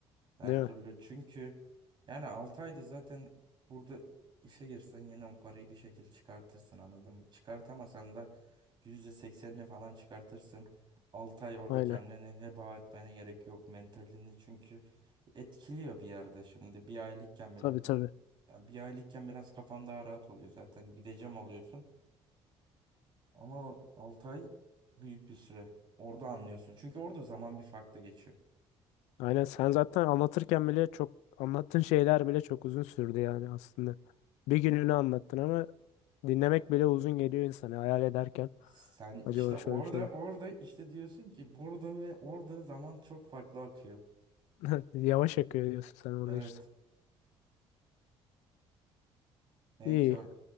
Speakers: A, on the right (about 45°); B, on the left (about 85°).
A: Her
B: Değil
A: türlü
B: mi?
A: çünkü yani 6 ayda zaten burada işe girsen yine o parayı bir şekilde çıkartırsın anladın mı? Çıkartamasan da %80'ini falan çıkartırsın. 6 ay orada
B: Aynen.
A: kendini heba etmene gerek yok mentalini çünkü etkiliyor bir yerde şimdi bir aylıkken bile
B: Tabii tabii.
A: yani bir aylıkken biraz kafan daha rahat oluyor zaten gideceğim oluyorsun ama 6 ay büyük bir süre orada anlıyorsun çünkü orada zaman bir farklı geçiyor.
B: Aynen sen zaten anlatırken bile çok anlattığın şeyler bile çok uzun sürdü yani aslında. Bir gününü anlattın ama dinlemek bile uzun geliyor insana hayal ederken.
A: Sen işte
B: Acaba
A: orada
B: şöyle şöyle.
A: orada işte diyorsun ki burada ve orada zaman çok farklı akıyor.
B: <laughs> Yavaş akıyor diyorsun sen orada
A: Evet.
B: işte.
A: Neyse
B: İyi.
A: o,